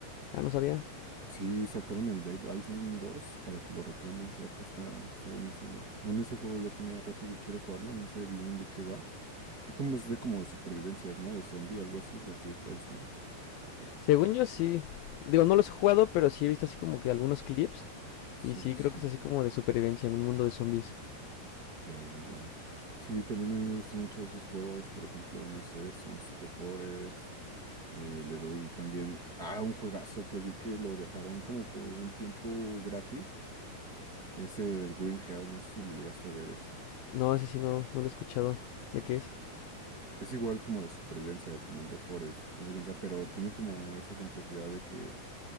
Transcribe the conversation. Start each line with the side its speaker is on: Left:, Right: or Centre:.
Left: Ah, no sabía.
Right: Sí, sacaron el Dead Island dos para que lo reclames. Ahorita está, está buenísimo. Bueno, ese juego ya tenía rato que quiero jugarlo, no sé bien de qué va. Creo que es de como de supervivencias, ¿no? De zombie, algo así, los Dead Island. Algo así.
Left: Según yo sí. Digo, no los he jugado, pero sí he visto así como que algunos clips.
Right: Sí,
Left: Y sí,
Right: sí, sí.
Left: creo que es así como de supervivencia en un mundo de zombies.
Right: Ya, ya, ya. Sí, también a mí me gustan mucho esos juegos, por ejemplo, no sé, Sons de Forest. eh, le doy también a un juegazo que vi que lo dejaron como por un tiempo gratis. Es el Green Hell, no sé si lo llegaste a ver ese.
Left: No, ese sí no, no lo he escuchado. ¿De qué es?
Right: Es igual como de supervivencia, como el de Forest, haz de cuenta, pero tiene como esa complejidad de que